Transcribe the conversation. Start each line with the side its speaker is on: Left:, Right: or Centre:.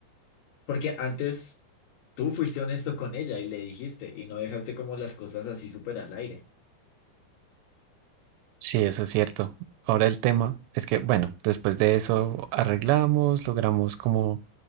Left: porque antes tú fuiste honesto con ella y le dijiste y no dejaste como las cosas así súper al aire.
Right: Sí, eso es cierto. Ahora el tema es que, bueno, después de eso arreglamos, logramos como